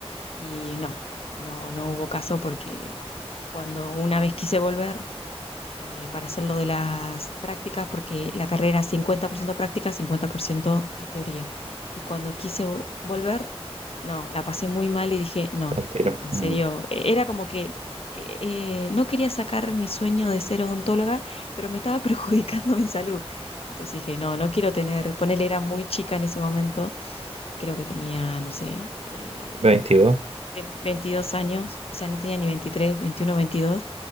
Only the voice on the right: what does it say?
Al tiro.
Mm.
22.